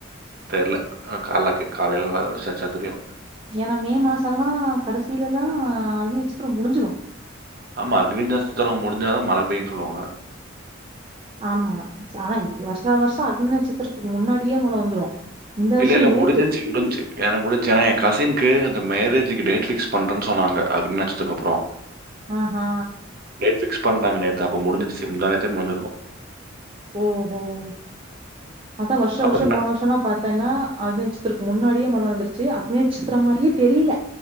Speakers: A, on the right; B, on the right.
A: தெர்ல அ காலக்கி காலையில வ விசாரிச்சா தெரியு
B: ஏனா மே மாசெல்லா கடசில எல்லா அக்னி நச்சித்திரம் முடிஞ்சிரு
A: ஆமா அக்னி நச்சித்திரம் முடிஞ்சாதா மழ பெய்யின் சொல்லுவாங்க
B: ஆமா‌ ஆனா வருஷா வருஷோ அக்னி நட்சத்திரத்துக்கு முன்னாடியே மழ வந்துரு இந்த வருஷோ
A: இல்ல இல்ல
B: லேட்டு
A: முடிஞ்சிருச்சி முடிஞ்ச்சி ஏனா முடிஞச்சி ஏனா எ கசின்க்கு அந்த மேரே ஜிக்கு டேட் பிக்ஸ் பண்றன் சொன்னாங்க அக்னி நடச்சத்துக்கு அப்புறோ
B: அ ஹா
A: ஃபிக்ஸ் பண்றாங்க நேத்து அப்ப முடிஞ்சிருச்சு முந்தா நேத்தே முன்னு இருக்கு
B: ம் ம் அதா வருஷா
A: அப்புறம்
B: வருஷோ
A: என்ன?
B: போன வருஷோ எல்லா பாத்தேன்னா அக்னி நச்சத்தர்க்கு முன்னா டியே மழ வந்துருச்சி அக்னி நச்சித்திர மாரியே தெரியில